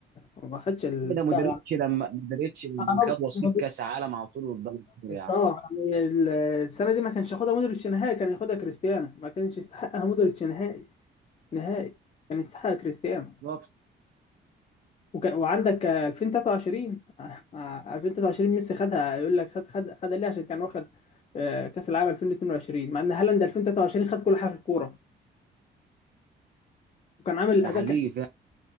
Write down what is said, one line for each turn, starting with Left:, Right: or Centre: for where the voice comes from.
Left: وما خدش البتاع
Right: ده مودريتش لما مودريتش لما
Left: آه،
Right: خد وصيف
Left: مودريتش
Right: كاس عالم على طول والبلد حر يا عم
Left: اه يعني ال- السنه دي ما كانش ياخدها مودريتش نهائي كان ياخدها كريستيانو ما كانش يستحقها مودريتش نهائي نهائي كان يستحقها كريستيانو
Right: بالظبط
Left: وكان وعندك آه، 2023 آه، آه، 2023 ميسي خدها يقول لك خد خد خدها ليه عشان كان واخد آه، كاس العالم 2022 مع ان هالاند 2023 خد كل حاجه في الكوره وكان عامل
Right: ده
Left: اداء
Right: حقيقي فعلا